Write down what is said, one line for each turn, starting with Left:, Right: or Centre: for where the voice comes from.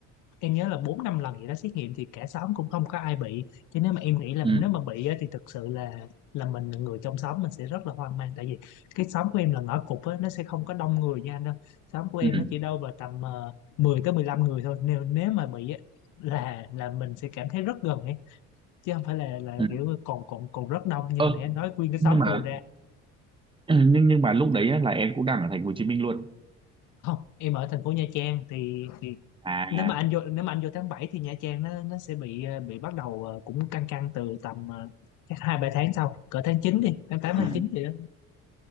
Left: em nhớ là bốn năm lần gì đó xét nghiệm thì cả xóm cũng không có ai bị chứ nếu mà em nghĩ là
Right: ừ
Left: nếu mà bị á, thì thực sự là là mình là người trong xóm mình sẽ rất là hoang mang tại vì cái xóm của em là ngõ cụt á nó sẽ không có đông người như anh đâu xóm của em
Right: ừ
Left: nó chỉ đâu vào tầm ờ, 10 tới 15 người thôi nếu nếu mà bị á, là là mình sẽ cảm thấy rất gần ấy chứ không phải là là
Right: ừ
Left: kiểu còn còn còn rất đông như
Right: ơ
Left: hồi nãy anh nói nguyên cái
Right: nhưng
Left: xóm
Right: mà
Left: ùa ra
Right: <clears throat> nhưng nhưng mà lúc đấy á, là em cũng đang ở thành phố Hồ Chí Minh luôn
Left: không em ở thành phố Nha Trang thì thì
Right: à
Left: nếu mà anh vô nếu mà anh vô tháng 7 thì Nha Trang nó nó sẽ bị ờ, bị bắt đầu ờ, cũng căng căng từ tầm ờ, chắc hai ba tháng sau cỡ tháng 9 đi tháng 8
Right: ừ.
Left: tháng 9 gì đó